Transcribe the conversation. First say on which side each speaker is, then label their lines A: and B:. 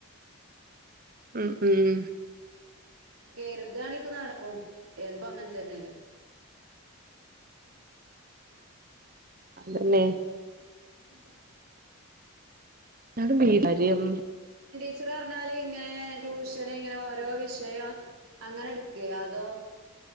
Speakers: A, on the right; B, on the right.
A: ഉം ഉം
B: കെരുതാണങ്കെക്കെ നടക്കും. എന്തും അങ്ങനതന്നല്ലേ?
A: അതന്നെ
B: ഉം
A: <unintelligible> കാര്യം
B: ച്ചറ് പറഞ്ഞാല് ഇങ്ങനെ ട്യൂഷന് ഇങ്ങനെ ഓരോ വിഷയം അങ്ങനെ എടുക്കേ? അതോ